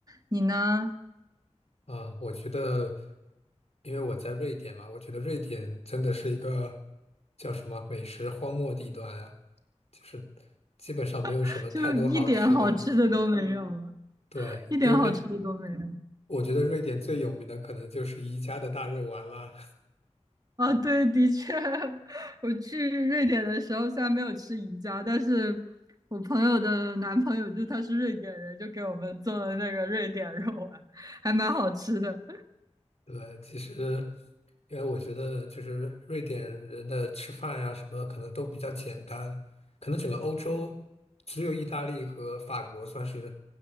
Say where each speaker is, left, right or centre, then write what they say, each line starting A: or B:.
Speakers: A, on the right; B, on the left.
A: 你呢？
B: 啊，我觉得，因为我在瑞典嘛，我觉得瑞典真的是一个叫什么美食荒漠地段啊，就是基本上没有什么太多好吃的。
A: <laughs> 就一点好吃的都没有了，
B: 对，
A: 一点好吃的都没有。
B: 因为我觉得瑞典最有名的可能就是宜家的大肉丸了。
A: 啊，对，的确，<laughs> 我去瑞典的时候虽然没有吃宜家，但是我朋友的男朋友就他是瑞典人，就给我们做了那个瑞典肉丸，还蛮好吃的。
B: 对，其实因为我觉得就是瑞典人的吃饭呀什么可能都比较简单，可能整个欧洲只有意大利和法国算是